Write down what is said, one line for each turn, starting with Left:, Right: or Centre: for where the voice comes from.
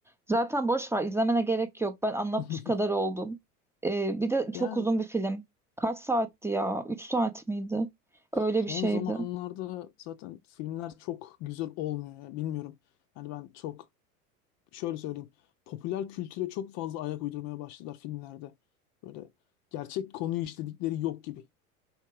Centre: zaten boş ver izlemene gerek yok. Ben anlatmış
Left: <laughs>
Centre: kadar oldum. Ee, bir de çok
Left: Yani
Centre: uzun bir film. Kaç saatti ya? 3 saat miydi?
Left: son
Centre: Öyle bir şeydi.
Left: zamanlarda zaten filmler çok güzel olmuyor ya, bilmiyorum. Yani ben çok şöyle söyleyeyim. Popüler kültüre çok fazla ayak uydurmaya başladılar filmlerde. Böyle gerçek konuyu işledikleri yok gibi.